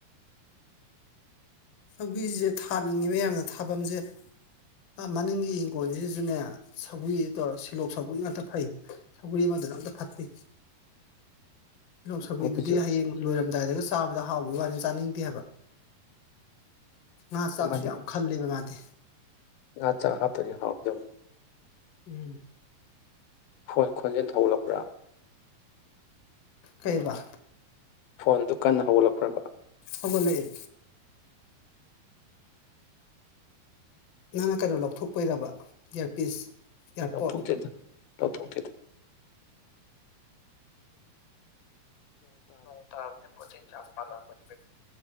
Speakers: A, on the left; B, on the left.
A: ꯁꯧꯒꯔꯤꯁꯦ ꯊꯥꯅꯤꯡꯉꯤꯕ ꯌꯥꯝꯅ ꯊꯥꯐꯝꯁꯦ ꯑ ꯃꯅꯤꯡꯒꯤ ꯍꯤꯡꯈꯣꯜꯁꯤꯁꯨꯅꯦ ꯁꯒꯔꯤꯗꯣ ꯁꯤꯜꯂꯣꯛ ꯁꯧꯒꯔꯤ ꯉꯥꯛꯇ ꯐꯩ ꯁꯧꯒꯔꯤ ꯑꯃꯗꯨꯅ ꯑꯃꯇ ꯐꯠꯇꯦ ꯁꯤꯜꯂꫭꯛ ꯁꯧꯒꯔꯤ
B: ꯑꯩꯈꯣꯏꯁꯨ
A: ꯗꯨꯗꯤ ꯍꯌꯦꯡ ꯂꯣꯏꯔꯝꯗꯥꯏꯗꯒ ꯆꯥꯕꯗ ꯍꯥꯎꯕꯒꯤ ꯋꯥꯅꯤ ꯆꯥꯅꯤꯡꯗꯦ ꯍꯥꯏꯕ ꯉꯥ ꯆꯥꯛꯁꯨ
B: ꯑꯃꯗꯤ
A: ꯌꯥꯝ ꯈꯜ ꯂꯦꯕ ꯃꯥꯗꯤ
B: ꯉꯥ ꯆꯥꯛ ꯍꯥꯞꯇ꯭ꯔꯗꯤ ꯍꯥꯎꯔꯣꯏꯗꯧꯅꯤ
A: ꯎꯝ
B: ꯐꯣꯟ ꯈꯣꯟꯖꯦꯜ ꯊꯣꯛꯠꯂꯛꯄ꯭ꯔꯥ
A: ꯀꯩꯕ
B: ꯐꯣꯟꯗꯨ ꯀꯟꯅ ꯍꯧꯒꯠꯂꯛꯄ꯭ꯔꯕ
A: ꯍꯧꯒꯠꯂꯛꯑꯦ ꯅꯪꯅ ꯀꯩꯅꯣ ꯂꯧꯊꯣꯛꯄꯩꯔꯕ ꯏꯌꯥꯔꯄꯤꯁ ꯏꯌꯥꯔꯄꯣꯠ
B: ꯂꯧꯊꫭꯛꯇꯦꯗ ꯂꯧꯊꫭꯛꯇꯦꯗ
A: ꯅꯣꯡ ꯇꯕꯅꯤ ꯄꯣ ꯆꯩ ꯐꯩꯅꯥꯝ ꯄꯥꯜꯂꯝꯒꯅꯤ ꯀꯩꯅꯣ